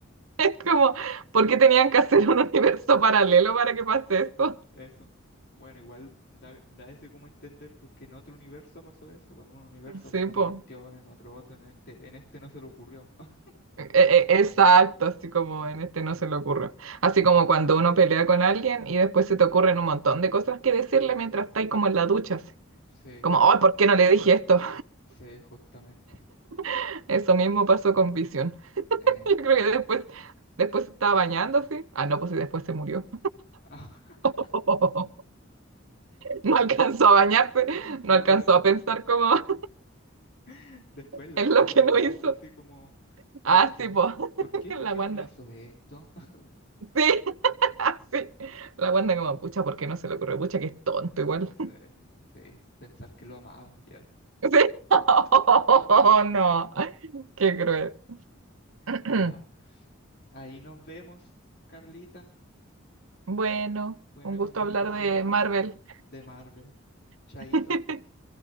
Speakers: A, on the right; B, on the left.
A: es como, ¿por qué tenían que hacer un universo paralelo para que pase esto?
B: Eso. Bueno, igual da, da ese como entender, porque en otro universo pasó eso, pues, en un universo
A: Sí,
B: pasó
A: pues.
B: una cuestión, en otro otro, en este, en este no se le ocurrió. <laughs>
A: E- e- Exacto, así como en este no se le ocurre. Así
B: Sí,
A: como cuando uno pelea con alguien y después se te ocurren un montón de cosas que decirle mientras estáis como en la ducha, así.
B: sí,
A: Como, oh, ¿por qué no le dije esto?
B: sí, justamente.
A: <laughs> Eso mismo pasó con Vision. <laughs>
B: Eh.
A: Yo creo que después, después se estaba bañando así. Ah, no, pues y después se murió.
B: <laughs>
A: <laughs> No alcanzó a bañarse, no
B: No,
A: alcanzó
B: pero
A: a pensar como <laughs>
B: <laughs> después la
A: en
B: Wanda,
A: lo que
B: la
A: no
B: Wanda
A: hizo.
B: así como,
A: Ah,
B: ¿por qué?
A: sí, pues, <laughs>
B: ¿Por qué Vision
A: la Wanda.
B: no hizo esto? <laughs>
A: Sí, <laughs> sí. La Wanda como, pucha, ¿por qué no se le ocurre? Pucha, que es tonto igual.
B: No sé, sí, pensar que lo amaba, ya,
A: Sí. <laughs> Oh, no, qué cruel. <clears throat>
B: ya. Ahí nos vemos, Carlita.
A: Bueno,
B: Buena
A: un gusto
B: conversación
A: hablar de Marvel.
B: de Marvel. Chaito.
A: <laughs>